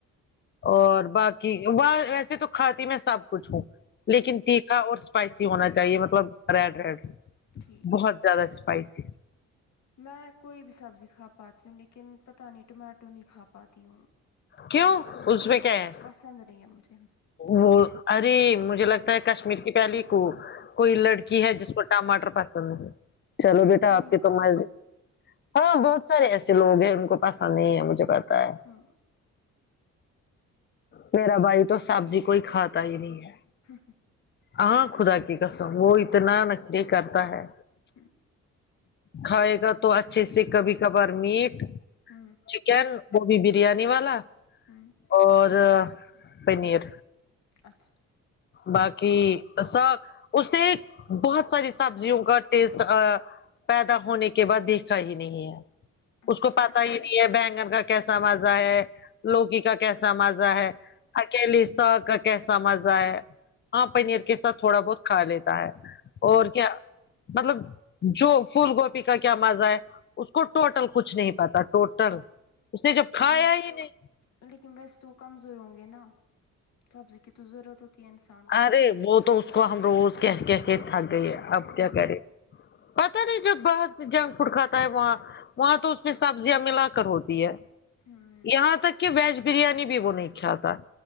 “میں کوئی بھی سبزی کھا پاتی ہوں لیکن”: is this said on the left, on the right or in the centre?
Left